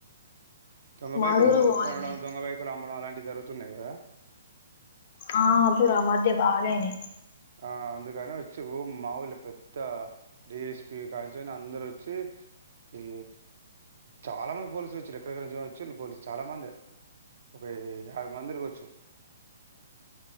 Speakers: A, on the right; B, on the left.
A: దొంగపాయకులు
B: మాడూరు పోవాలని
A: కొనడం దొంగ బైకులు అమ్మడం అలాంటి జరుగుం తున్నాయి కదా
B: ఆ పురా మధ్య బాగాయి ని
A: ఆ అందుకని వచ్చి మాఊూలు పెద్ద డిఎస్పి కానిస్టేబుల్ అందరు వచ్చి ఈ చాలా మంది పోలీసులు వచ్చు ఎక్కడించి వచ్చ పోలీసు చాలా మంది ఒక యాభ మందికి వచ్చు